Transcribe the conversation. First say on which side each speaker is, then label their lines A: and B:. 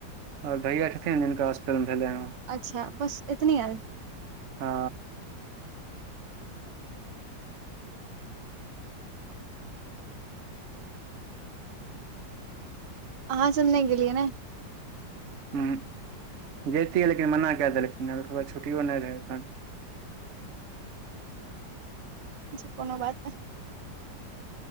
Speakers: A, on the right; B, on the right.
A: आओर भैया छथिन जिनका हप भेले ह
B: अच्छा बस एतनी आदमी
A: ह
B: अहाँ सबनहि। गेलिये नहीं
A: ह जैतियै लेकिन मना कए देलखिनकराद छुट्टियो नहि रहै
B: अा कोनो बात नहि